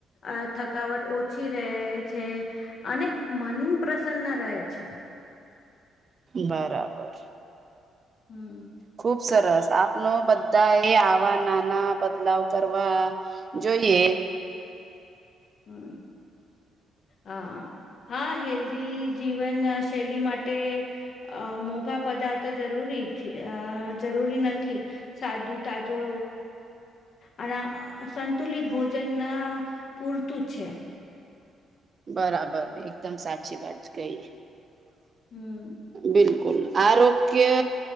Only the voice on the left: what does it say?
આ થકાવટ ઓછી રહે છે અને મન પ્રસન્ન રહે છે
હમ
હમ હ હા હેલ્ધી જીવન શૈલી માટે અ મોઘા પદાર્થ જરૂરી અ જરૂરી નથી સાદું તાજો અને સંતુલિત ભોજનના પુરતું છે
હમ